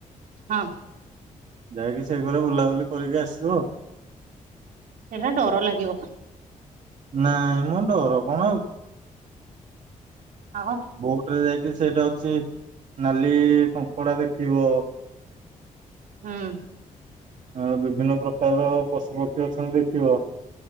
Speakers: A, on the right; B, on the right.
A: ହଁ
B: ଯାଇକି। ସେଇ ଘରେ ବୁଲାବୁଲି କରିକି ଆସିବ।
A: ସେଇଟା ଡର ଲାଗିବ।
B: ନାଇଁ ମ ଡର କଣ ଆଉ।
A: ଆଉ
B: ବୋଟରେ ଯାଇ କି ସେଇଟା ହଉଛି ନାଲି କଙ୍କଡ଼ା ଦେଖିବ।
A: ହୁଁ।
B: ଆ ବିଭିନ୍ନ ପ୍ରକାର ପଶୁପକ୍ଷୀ ଅଛନ୍ତି ଦେଖିବ।